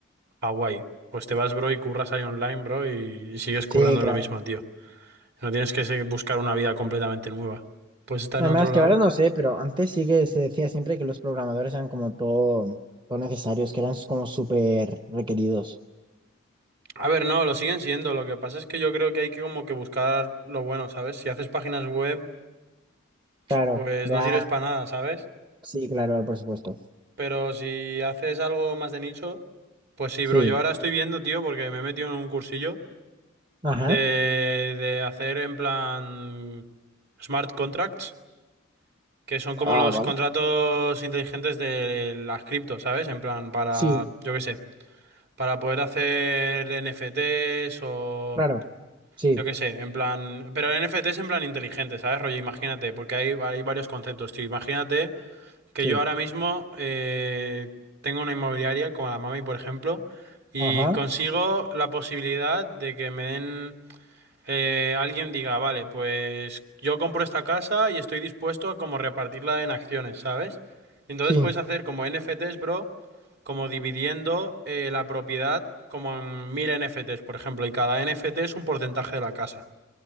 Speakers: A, on the right; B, on the right.
A: Hawái, pues te vas, bro, y curras ahí online, bro, y, y sigues
B: Sí,
A: currando
B: claro.
A: de lo mismo, tío. No tienes que se- buscar una vida completamente nueva. Pues está
B: Además,
A: en otro
B: que
A: lado.
B: ahora no sé, pero antes sí que se decía siempre que los programadores eran como todo, todo necesarios, que eran como súper requeridos.
A: A ver, no, lo siguen siendo. Lo que pasa es que yo creo que hay que como que buscar lo bueno, ¿sabes? Si haces páginas web,
B: Claro,
A: pues
B: ya,
A: no sirves para nada, ¿sabes?
B: sí, claro, por supuesto.
A: Pero si haces algo más de nicho, pues sí,
B: Sí,
A: bro. Yo ahora estoy viendo, tío, porque me he metido en un cursillo
B: ajá.
A: de, de hacer en plan smart contracts, que son como
B: Ah,
A: los
B: vale.
A: contratos inteligentes de las cripto, ¿sabes? En plan para,
B: Sí,
A: yo qué sé, para poder hacer NFTs o
B: claro, sí,
A: Yo qué sé, en plan. Pero el NFT es en plan inteligente, ¿sabes? Rollo, imagínate, porque hay, hay varios conceptos, tío. Imagínate que
B: sí,
A: yo ahora mismo eh, tengo una inmobiliaria, como la Mami, por ejemplo, y
B: ajá.
A: consigo la posibilidad de que me den. eh, alguien diga, vale, pues yo compro esta casa y estoy dispuesto a como repartirla en acciones, ¿sabes? Entonces
B: Sí,
A: puedes hacer como NFTs, bro, como dividiendo eh, la propiedad como en mil NFTs, por ejemplo, y cada NFT es un porcentaje de la casa.